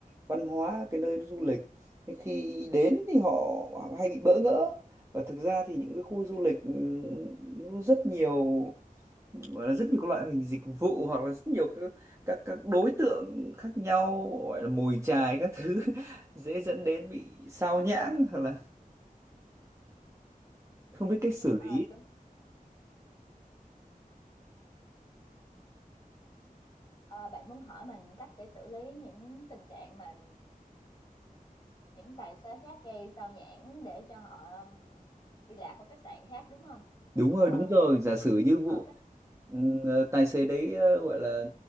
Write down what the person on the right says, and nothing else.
văn hóa cái nơi du lịch nhưng khi đến thì họ hay bị bỡ ngỡ và thực ra thì những cái khu du lịch ừm, rất nhiều gọi là rất nhiều các loại hình dịch vụ hoặc là rất nhiều các các các đối tượng khác nhau gọi là mồi chài các thứ <laughs> dễ dẫn đến bị sao nhãng hoặc là không biết cách xử
lý
Đúng
rồi, đúng rồi. Giả sử như vụ
ừm, ờ, tài xế đấy ờ, gọi là